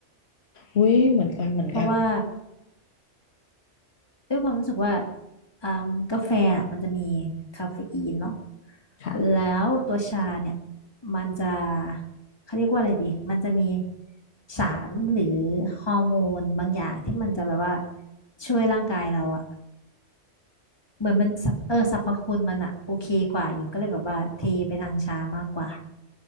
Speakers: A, on the left; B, on the left.
A: อุ้ยเหมือนกันเหมือนกัน
B: เพราะว่า ด้วยความรู้สึกว่าอ่ากาแฟอะมันจะมีคาเฟอีนเนาะ
A: ค่ะ
B: แล้วตัวชาเนี่ยมันจะเขาเรียกว่าอะไรดีมันจะมีสารหรือฮอร์โมนบางอย่างที่มันจะแบบว่าช่วยร่างกายเราอะเหมือนมันสรรพเออสรรพคุณมันอะโอเคกว่าหญิงก็เลยแบบว่าเทไปทางชามากกว่า